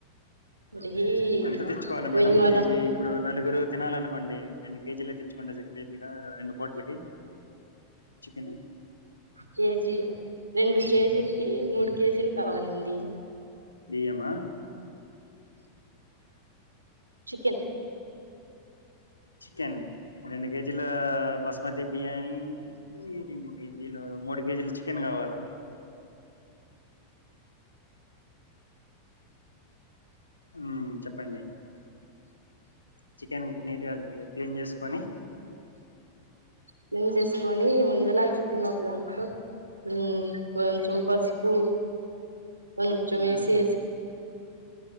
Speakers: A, on the right; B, on the left.
A: కడిగి
B: ఎంత తెచ్చుకోవాలి
A: పొయ్యి
B: మేడం
A: మీద
B: కేజీ ఇప్పుడు నలుగురు తినాలనుకోండి రెండు కేజీలు తెచ్చుకుంటె సరిపోయిద్దిగా రెండు పూట్లకి చికెను
A: కేజీ రెండు కేజీలకి మూడు కేజీలు కావాలండి
B: బియ్యమా
A: చికెన్
B: చికెన్ రెండు కేజీల బస్ మతి బిర్యానీకి రెండు కేజీలు మూడు కేజీలు చికెన్ కావాలా ఉమ్ చెప్పండి చికెన్ నీట్గ క్లీన్ చేసుకొని
A: క్లీన్ చేసుకొని ముందుల చికెన్ ఒక దాంట్లో ఉమ్ కొంచం పసుపు కొంచం
B: మ్మ్
A: వేసే